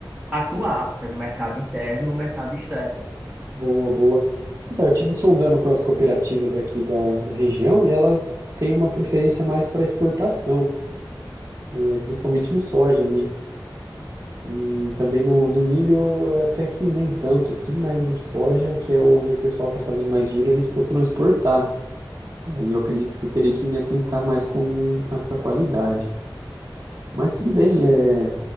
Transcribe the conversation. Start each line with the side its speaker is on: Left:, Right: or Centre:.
Centre: atuar né, no mercado interno, no mercado externo.
Right: Boa, boa. Então, eu estive sondando com as cooperativas aqui da, da região e elas têm uma preferência mais para exportação, né, principalmente no soja ali. E também no, no milho, eh, até que nem tanto assim, mas o soja, que é onde o pessoal está fazendo mais dinheiro, eles procuram exportar. Aí eu acredito que eu terei que me atentar mais com essa qualidade. Mas tudo bem, eh,